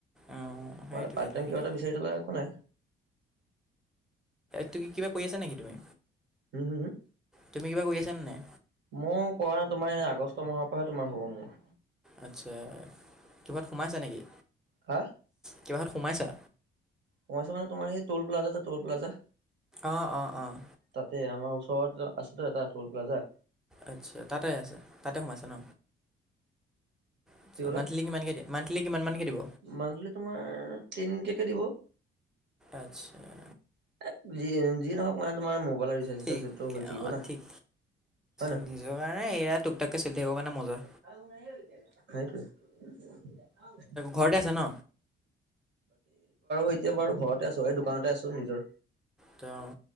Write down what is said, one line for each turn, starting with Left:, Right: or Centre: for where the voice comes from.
Centre: অঁ সেইটোৱে
Right: ম পাট টাইম
Centre: লাগে
Right: কিবা এটা বিচাৰি তলা একো নাই।
Centre: ত কি কিবা কৰি আছা নেকি তুমি?
Right: উম, হুমম
Centre: তুমি কিবা কৰি আছনে নাই?
Right: মোৰ কৰা নাই তোমাৰ এই আগষ্ট মাহৰ পৰাহে তোমাৰ হ'ব মোৰ।
Centre: আচ্ছা, কিবাত সোমাইছে নেকি?
Right: হা?
Centre: কিবা হত সোমাইছা?
Right: মই আছোঁ মানে তোমাৰ সেইটোল প্লাজা যে টোল প্লাজা
Centre: অ', অ', অ'।
Right: তাতে, আমাৰ ওচৰত আছেটো এটা টল প্লাজা।
Centre: আচ্ছা তাতে আছে তাতে সোমাইছা ন, আচ্ছা
Right: কি ক'লা
Centre: মান্থলি কিমানকৈ দিয়া? মান্থলি কিমানকৈ দিব?
Right: মান্থলি তোমাৰ তিনকে কে দিব।
Centre: আচ্ছা।
Right: এ যি, যি নহওক মানে তোমাৰ মোবাইলৰ ৰিচাৰ্জ
Centre: ঠিক
Right: চিচাৰ্জটো হৈ থাকিব
Centre: অঁ
Right: না।
Centre: ঠিক
Right: হয় নহয়
Centre: নিজৰ কাৰণে এয়া তুক তাককে চলি থাকিবৰ কাৰণে মজা।
Right: <unintelligible> বাকী বাৰু এতিয়া বাৰু
Centre: ঘৰতে আছে ন
Right: ঘৰতে আছোঁ এই দোকানতে আছোঁ নিজৰ।
Centre: তহ।